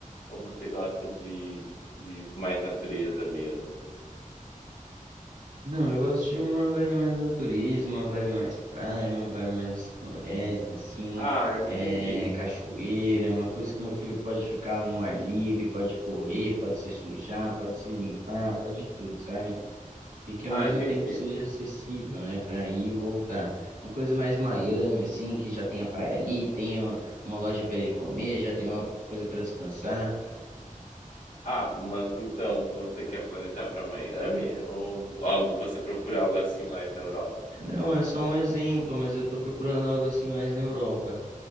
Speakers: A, on the left (about 75°); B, on the right (about 75°).
A: Ou você gosta de, de mais natureza mesmo?
B: Não, eu gosto de uma vibe mais natureza, uma vibe mais praia, uma vibe mais floresta, assim,
A: Ah, entendi.
B: é, cachoeira, uma coisa que meu filho pode ficar no ar livre, pode correr, pode se sujar, pode se limpar, pode tudo, sabe? E que
A: Ah,
B: ao mesmo
A: entendi.
B: tempo seja acessível, né, para ir e voltar. Uma coisa mais Miami, assim, que já tem a praia ali, tem uma uma loja para ele comer, já tem uma coisa para descansar.
A: Ah, mas então você quer planejar para Miami ou algo você procura algo assim mais na Europa mesmo?
B: Não, é só um exemplo, mas eu tô procurando algo assim mais na Europa.